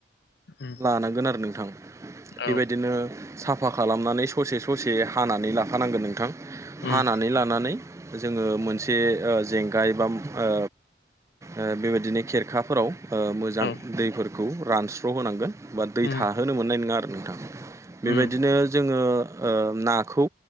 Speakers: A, on the left; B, on the right.
A: उम
B: लानांगोन आरो नोंथां
A: औ
B: बेबायदिनो साफा खालामनानै ससे ससे हानानै लाखानांगोन नोंथां
A: उम
B: हानानै ला नानै जोङो मोनसे ओ जेंगाय बाम ओ ओ बेबायदिनो खेरखाफोराव ओ मोजां
A: औ
B: दैफोरखौ रानस्र'होनांगोन बा दै
A: उम
B: थाहोनो मोननाय नोङा आरो नोंथां। बेबायदिनो
A: उम
B: जोङो ओ नाखौ